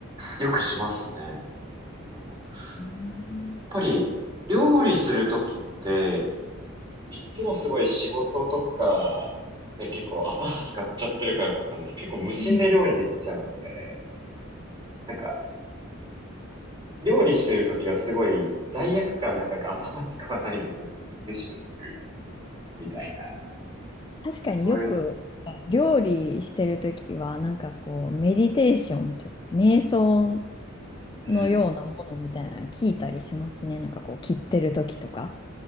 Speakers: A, on the right (about 20°); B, on the left (about 20°).
A: よくしますね。なんでだろう。やっ
B: う
A: ぱり、料理するときって、いつもすごい仕事とかで結構頭使っちゃってるからなんです。結構無心で料理できちゃうので、
B: ん
A: なんか料理してるときはすごい罪悪感なんかなんか頭使わないでちょっとリフレッシュできるみたいな、
B: 確かによく料理してるときは、
A: なんかそういうので。
B: なんかこう、メディテーションというか、瞑想
A: うん。
B: のようなものみたいなの聞いたりしますね。なんかこう、切ってるときとか。